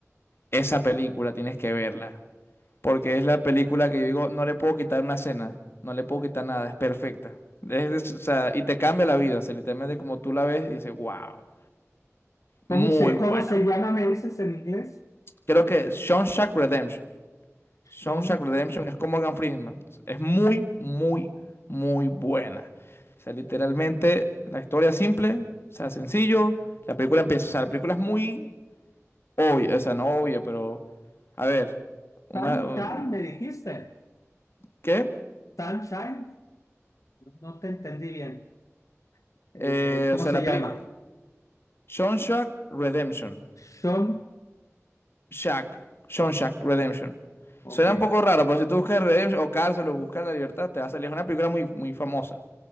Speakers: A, on the left; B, on the left.
A: esa película tienes que verla, porque es la película que yo digo, no le puedo quitar una escena, no le puedo quitar nada, es perfecta. Es- es- o sea, y te cambia la vida, o sea, literalmente como tú la ves y dices, wow.
B: ¿Cómo
A: Muy
B: se, cómo
A: buena.
B: se llama, me dices en inglés?
A: Creo que Shawshank Redemption. Shawshank
B: Tom
A: Redemption es con Morgan Freeman. Es muy, muy, muy buena. O sea, literalmente la historia es simple, o sea, sencillo. La película empieza, o sea, la película es muy obvia, o sea, no obvia, pero a ver, una
B: Sunshine,
A: un-
B: me dijiste.
A: ¿qué?
B: Sunshine, no te entendí bien. Eh,
A: Eh,
B: ¿cómo
A: o sea,
B: se
A: la
B: llama?
A: película Shawshank Redemption.
B: Sol,
A: Shack, Shawshank Redemption.
B: ok.
A: Suena un poco raro, pero si tú buscas Redemption o cárcel o buscas la libertad, te va a salir. Es una película muy, muy famosa.